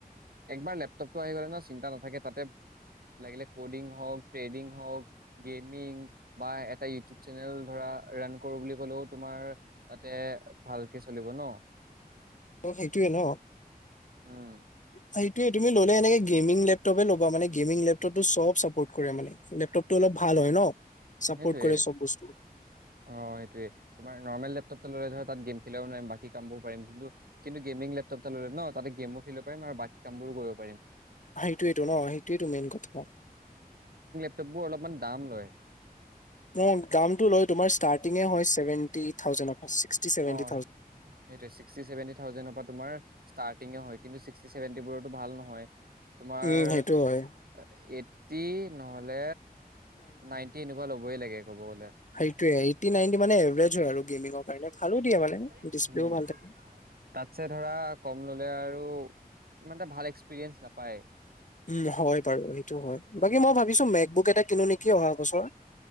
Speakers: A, on the right; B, on the left.
A: একবাৰ লেপটপ টো আহি গ'লে ন' চিন্তা নাথাকে। তা'তে- লাগিলে ক'ডিং হওঁক, ট্ৰেডিং হওঁক, গেমিং বা এটা ইউটিউব চেনেল ধৰা- ৰাণ কৰো বুলি ক'লেও তোমাৰ তা'তে ভালকে চলিব ন'।
B: সেইটোৱে ন'।
A: উম
B: সেইটোৱেই। তুমি ল'লে এনেই গেমিং লেপটপে ল'বা মানে লেপটপ টো চব চাপৰ্ট কৰে মানে। লেটপটো অলপ- ভাল হয় ন'। চাপৰ্ট
A: সেইটোৱে
B: কৰে চব বস্তু
A: অঁ সেইটোৱে তোমাৰ নৰ্মেল লেপটপ- ধৰা তা'ত গেম খেলিব নোৱাৰিম বাকী কামও পাৰি যোনটো কিন্তু গেমিং লেপটপ টা ল'লে ন' তা'তে গেম খেলিব পাৰিম আৰু বাকী কাম বোৰো কৰিব পাৰিম।
B: সেইটোৱে টো ন' সেইটোৱেই মেইন কথা ন'।
A: মেকবোকবোৰ অলপমান দাম লয়।
B: অ দামটো লয় তোমাৰ ইষ্টণ্টিঙে হয় ছেভেন্টি থাউজেণ্ড। ছিক্সটি ছেভেন্টি
A: অঁ চীক্স, ছেভেন্টি থাউজেণ্ড পৰা তোমাৰ ষ্টাৰিং হয়। কিন্ত ছিক্সটি চেভেটিবোৰতো ভাল নহয় তোমাৰ।
B: উম সেইটো হয়
A: ফটি নহলে নাইনটি এনেকুৱা ল'বই লাগে। ক'ব গ'লে
B: সেইটোৱে এইটি নাইনটি মানে এভাৰেজ হয় আৰু গেমিঙৰ কাৰণে। ভালো
A: উম
B: দিয়ে মানে ডিচপ্লেও ভাল থাকে।
A: তাতছে ধৰা কম ললে আৰু। ত ইমানটা ভাল এক্সপৰিয়েঞ্চ নাপায়।
B: উম হয় বাৰু সেইটো হয় বাকী মই ভাবিছো মেকবুক এটা কিনো নেকি অহা বছৰ,